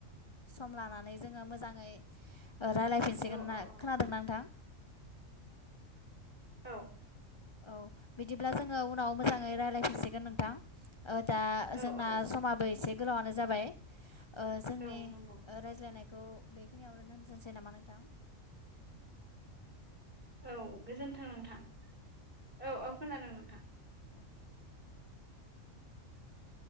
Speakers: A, on the left (about 35°); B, on the right (about 45°).
A: सम लानानै जोङो मोजाङै रायज्लायफिनसिगोन
B: औ
A: ना?
B: औ औ
A: खोनादों ना नोंथां?
B: औ।
A: औ बिदिब्ला जोङो उनाव मोजाङै रायजलायफिनसिगोन नोंथां ओ दा
B: औ
A: जोंना
B: औ
A: समाबो एसे गोलावनो जाबाय ओ जोंनि
B: औ नंगौ
A: रायज्लायनाय खौ बेखिनियावनो दोनजनसै नामा नोंथां?
B: औ गोजोन्थों नोंथां। औ औ खोनादों नोंथां।
A: अ